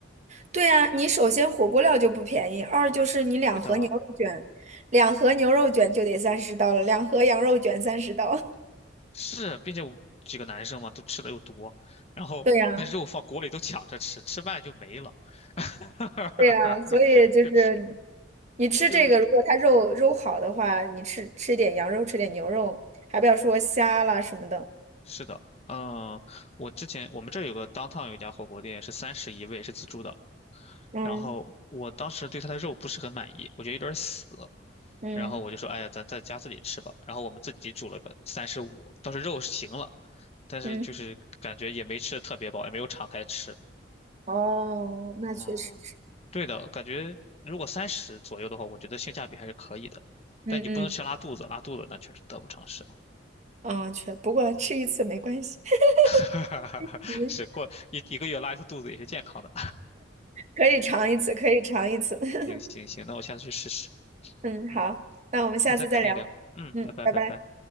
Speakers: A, on the right; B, on the left.
A: 对呀，你首先火锅料就不便宜，二就是你两盒牛肉卷，
B: 对的，
A: 两盒牛肉卷就得三十刀了，两盒羊肉卷三十刀。<laughs>
B: 是，并且我几个男生嘛，都吃的又多，然后那肉放锅里都抢着吃，
A: 对呀，
B: 吃慢就没了。<laughs>
A: 对呀，所以就是
B: 就
A: 你吃这个，
B: 就是。
A: 如果它肉肉好的话，你吃吃点羊肉，吃点牛肉，还不要说虾啦什么的。
B: 是的，嗯，我之前我们这儿有个 downtown 有一家火锅店是三十一位，是自助的。
A: 嗯。
B: 然后我当时对它的肉不是很满意，我觉得有点死。
A: 嗯
B: 然后我就说，哎呀，咱在家自己吃吧。然后我们自己煮了个三十五，倒是肉是行了，但是就是感觉也没吃的特别饱，
A: 嗯
B: 也没有敞开吃。
A: 哦，那确实是，
B: 嗯，对的，感觉如果三十左右的话，我觉得性价比还是可以的。
A: 嗯嗯，
B: 但你不能吃拉肚子，拉肚子那确实得不偿失。
A: 嗯，确，不过吃一次没关系，<laughs>
B: <laughs>
A: 嗯，
B: 是过一一个月拉一次肚子也是健康的。
A: 可以尝一次，可以尝一次。<laughs>
B: 行行行，那我下次去试试。
A: 嗯，好，
B: 嗯，
A: 那我们下次再聊。
B: 那再改天聊。嗯，
A: 嗯，
B: 拜拜拜拜。
A: 拜拜。